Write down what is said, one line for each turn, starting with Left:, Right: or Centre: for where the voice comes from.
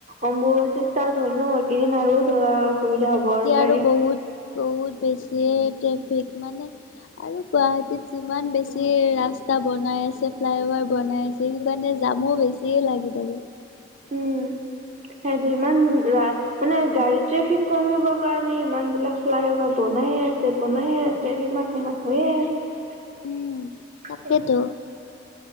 Right: অম্বুবাচী ষ্টাৰ্ট হল ন এইকেইদিন আৰু ধৰ সুবিধা হ'ব
Left: এতিয়া
Right: আৰু গাড়ী
Left: বহুত বহুত বেছিয়ে ট্ৰেফিক মানে আৰু গুৱাহাটীত যিমান বেছি ৰাস্ত টা বনাই আছে ফ্লাই অভাৰ বনাই আছে সেই কাৰণে জামো বেছিয়ে লাগি থাকে <unintelligible>
Right: উম, সেইটো ইমান মানে গাড়ী ট্ৰেফিক কমিব কাৰণে ইমান বিলাক ফ্লাই অভাৰ ব বনায়ে আছে বনায়ে আছে ইমান সমান হৈয়ে আছে
Left: উম তাকেতো
Right: তে